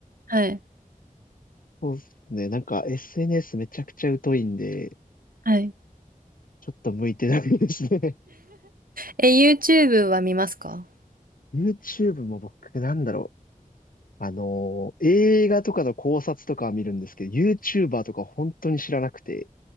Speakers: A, on the right; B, on the left.
A: はい。
B: そうですね。なんか SNS めちゃくちゃ疎いんで、
A: はい。
B: ちょっと向いてないですね。
A: え、YouTube は見ますか
B: <laughs> YouTube も僕、なんだろう。あのー映画とかの考察とかは見るんですけど、YouTuber とか本当に知らなくて、